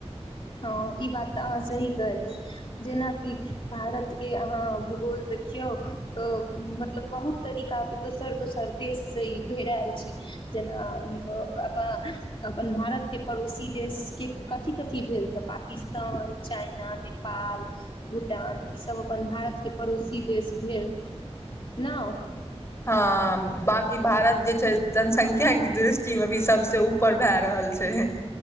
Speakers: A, on the left; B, on the left.
A: हँ ई बात तऽ अहाँ सही कहलियै। जेनाकि भारतके अहाँ भूगोल देखियौ तऽ मतलब बहुत तरीका के दोसर दोसर देश से ई घेरायल छै जेना अ <unintelligible> अप अपन भारत के पड़ोसी देश के कथी कथी भेल? तऽ पाकिस्तान चाइना नेपाल भूटान ईसभ अपन भारतके पड़ोसी देश भेल ने।
B: हँ बाँकी भारत जे छै जनसंख्याके दृष्टिमे भी सबसँ उ पर भए रहल छै।